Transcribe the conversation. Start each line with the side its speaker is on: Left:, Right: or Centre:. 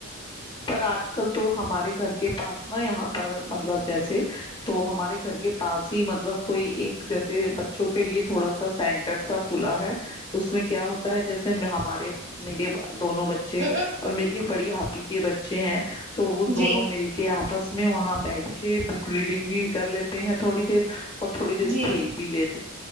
Left: پر آج کل تو ہمارے گھر کے پاس نا یہاں پر مطلب جیسے تو ہمارے گھر کے پاس ہی مطلب کوئی ایک جیسے بچوں کے لیے تھوڑا سا سینٹر سا کھلا ہے اس میں کیا ہوتا ہے جیسے ہمارے میرے دونوں بچے
Right: ہے
Left: اور میری یہ بڑی آپی کے بچے ہیں تو وہ دونوں
Right: جی
Left: مل کے آپ بس میں وہاں بیٹھ کے بک ریڈنگ بھی کر لیتے ہیں تھوڑی دیر اور تھڑی دیر
Right: جی
Left: کھیل بل